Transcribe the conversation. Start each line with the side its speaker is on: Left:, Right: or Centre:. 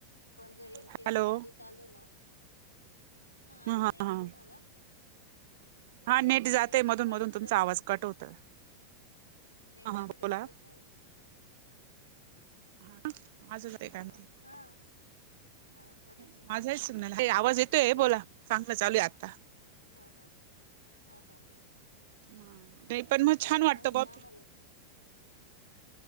Left: पण जर इन
Right: हॅलो
Left: केस गाडीत आलं ना, हा
Right: ह
Left: आवज नाही येते
Right: ह
Left: तुम्हाला.
Right: हा नेट
Left: पण
Right: जातय
Left: इन केस
Right: मधून
Left: गाडीत
Right: मधून तुमचा
Left: जर
Right: आवाज
Left: आलं ना.
Right: कट होतोय
Left: नाही माझ्याकडे
Right: हा बोला
Left: वायफाय ये.
Right: हा. माझं जातय
Left: त्यांच्यामुळे
Right: काय माहिती
Left: हा. हा कदाचित.
Right: <unintelligible> आवाज येतोय
Left: आमचं यं
Right: बोला चांगल चालूय आत्ता.
Left: हा हा हा हा हा.
Right: <unintelligible>
Left: ते
Right: वाटतं
Left: म्हणून
Right: बा
Left: आम्हाला.